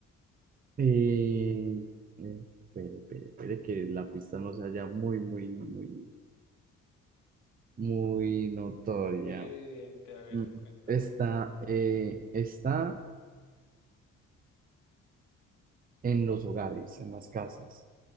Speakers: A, on the right; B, on the left.
A: Eh, eh, espere, espere, espere, que la pista no sea ya muy, muy, muy, muy notoria.
B: muy evidente, a ver,
A: Mm.
B: cuéntame.
A: Está, eh, está en los hogares, en las casas.